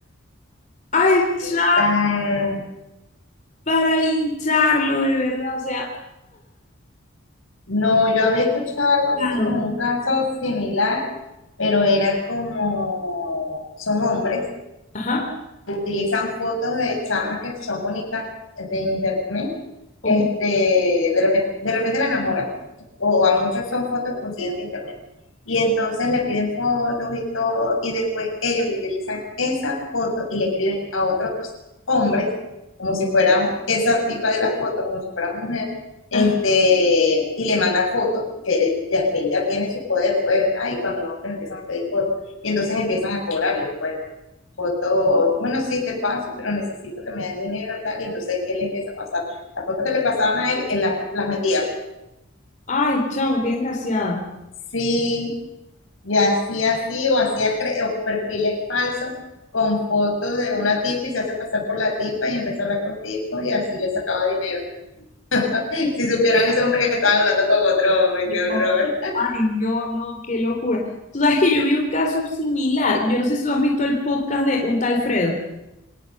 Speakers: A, on the left; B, on the left.
A: Ay,
B: ¿Qué
A: ya,
B: tal?
A: para lincharlo, de verdad, o sea,
B: No, yo había escuchado algo así
A: Claro.
B: como un caso similar, pero era como, son hombres
A: ajá,
B: utilizan fotos de chamas que son bonitas de internet, este,
A: ok,
B: de repente, de repente la enamoran, o a muchas son fotos que consiguen de internet. Y entonces le piden fotos y todo, y después ellos utilizan esas fotos y le escriben a otros hombres, como si fueran esa tipa de la foto, como si fueran mujer, este,
A: ajá.
B: y le manda fotos que ya, que él ya tiene su poder, pues, ay, cuando los hombres empiezan a pedir fotos, y entonces empiezan a cobrarle, pues fotos, bueno, sí te paso, pero necesito que me den dinero, tal, y entonces él empieza a pasar. Las fotos que le pasaban a él, él las, las vendía. pues.
A: Ay, chamo, qué desgraciado.
B: Sí, y hacía así, o hacía cre- o perfiles falsos con fotos de una tipa y se hace pasar por la tipa y empezó a hablar con tipos y así le sacaba dinero. <laughs> Si supieran ese hombre que estaba hablando con otro hombre,
A: Yo,
B: qué horror.
A: Ay, no, no, qué locura. Tú sabes que yo vi un caso similar. Yo no sé si tú has visto el podcast de un tal Fredo,